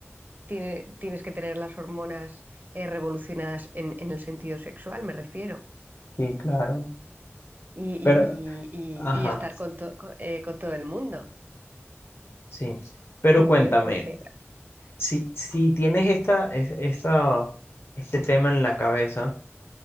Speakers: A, on the right; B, on the left.
A: tiene- tienes que tener las hormonas eh, revolucionadas en, en el sentido sexual, me refiero.
B: sí, claro.
A: Y, y-
B: Pero,
A: y-
B: ajá,
A: y estar con, to- con eh, con todo el mundo.
B: sí. Pero
A: Digo
B: cuéntame,
A: yo, no sé.
B: si, si tienes esta, es- esta, este tema en la cabeza,